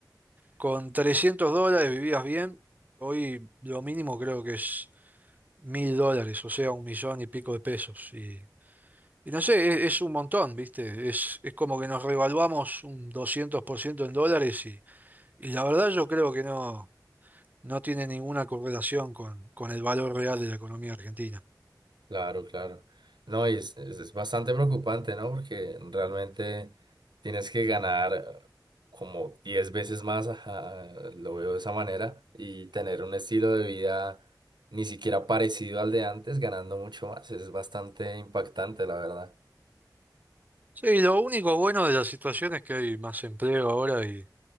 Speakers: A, on the right; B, on the right.
A: con 300 dólares vivías bien, hoy lo mínimo creo que es mil dólares, o sea, un millón y pico de pesos. Y, y no sé, es, es un montón, ¿viste? Es, es como que nos revaluamos un 200% en dólares Y la verdad yo creo que no, no tiene ninguna correlación con, con el valor real de la economía argentina.
B: Claro, claro. No, y es, es- es bastante preocupante, ¿no? Porque realmente tienes que ganar eh, como 10 veces más, ajá, lo veo de esa manera, y tener un estilo de vida ni siquiera parecido al de antes, ganando mucho más. Es bastante impactante, la verdad.
A: Sí, lo único bueno de la situación es que hay más empleo ahora y,